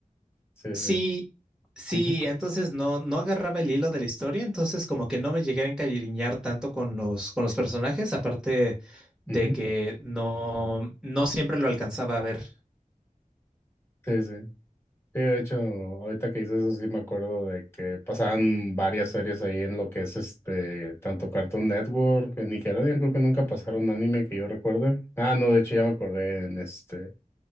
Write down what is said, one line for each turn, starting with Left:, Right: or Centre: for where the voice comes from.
Left: Sí,
Centre: Sí,
Left: sí.
Centre: sí,
Left: Ujú,
Centre: entonces no, no agarraba el hilo de la historia, entonces como que no me llegué a encariñar tanto con los, con los personajes, aparte de
Left: ujú.
Centre: que no, no siempre lo alcanzaba a ver.
Left: Sí, sí. Sí, de hecho, ahorita que dices eso sí me acuerdo de que pasaban varias series ahí en lo que es este, tanto Cartoon Network, en Nickelodeon, creo que nunca pasaron anime que yo recuerde. Ah, no, de hecho ya me acordé en este,